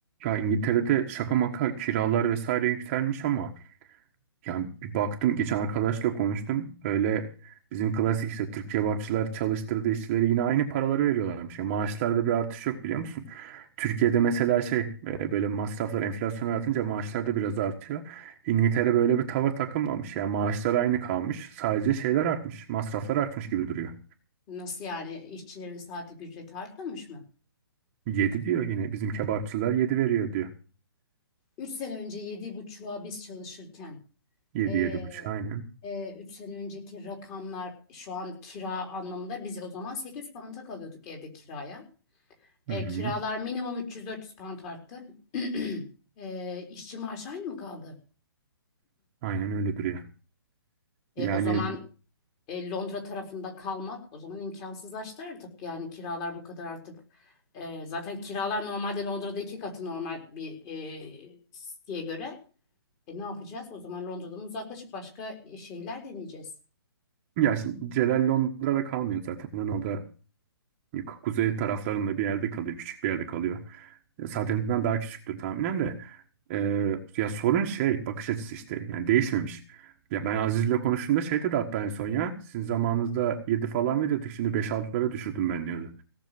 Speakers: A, on the right; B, on the left.
A: Ya İngiltere'de şaka maka kiralar vesaire yükselmiş ama yani bir baktım geçen arkadaşla konuştum. Öyle bizim klasik işte Türk kebapçılar çalıştırdığı işçilere yine aynı paraları veriyorlarmış. Ya maaşlarda bir artış yok biliyor musun? Türkiye'de mesela şey e, böyle masraflar enflasyona artınca maaşlar da biraz artıyor. İngiltere böyle bir tavır takınmamış. Yani maaşlar aynı kalmış. Sadece şeyler artmış. Masraflar artmış gibi duruyor.
B: Nasıl yani işçilerin saatlik ücreti artmamış mı?
A: yedi diyor yine bizim kebapçılar 7 veriyor diyor.
B: 3 sene önce yedi buçuğa biz çalışırken
A: yedi
B: eee
A: yedi buçuk aynen.
B: eee sene önceki rakamlar şu an kira anlamında biz o zaman 800 pound'a kalıyorduk evde kiraya.
A: Hı
B: Eee,
A: hı.
B: kiralar minimum 300 yüz dört yüz pound arttı. <clears throat> Eee işçi maaşı aynı mı kaldı?
A: Aynen öyle duruyor.
B: E,
A: Yani
B: o zaman e, Londra tarafında kalmak o zaman imkansızlaştı artık. Yani kiralar bu kadar artıp e, zaten kiralar normalde Londra'da iki katı normal bir e, siteye göre. E ne yapacağız? O zaman Londra'dan uzaklaşıp başka e, şehirler deneyeceğiz.
A: Ya şimdi Celal Londra'da kalmıyor zaten. Hani o da yuk- kuzey taraflarında bir yerde kalıyor. Küçük bir yerde kalıyor. E, Saatininden daha küçüktür tahminen de. E, ya sorun şey bakış açısı işte. Yani değişmemiş. Ya ben Aziz'le konuştuğumda şey dedi hatta en son ya. Sizin zamanınızda 7 falan veriyorduk. Şimdi beş 6lara düşürdüm ben diyordu.